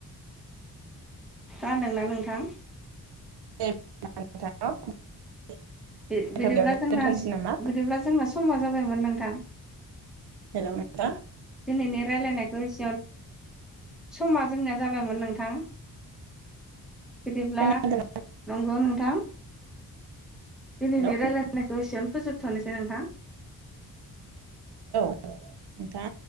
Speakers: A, in the centre; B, on the right (about 85°).
A: खोनादोंना नोंथां
B: <unintelligible>
A: बि बिदिब्ला
B: बेयावनो
A: जोंना
B: दोनथ'नोसै नामा
A: बिदिब्ला जोंना समा जा बायमोन नोंथां
B: हेल' नोंथां
A: दिनैनि रालायनाय <unintelligible> जोंनिया जाबायमोन नोंथां बिदिब्ला
B: खोनादों
A: नंगौ नोंथां दिनैनि
B: हेल'
A: रायलायनायखौ एसेबयावनो फोजोबथ'नोसै नोंथां
B: औ नोंथा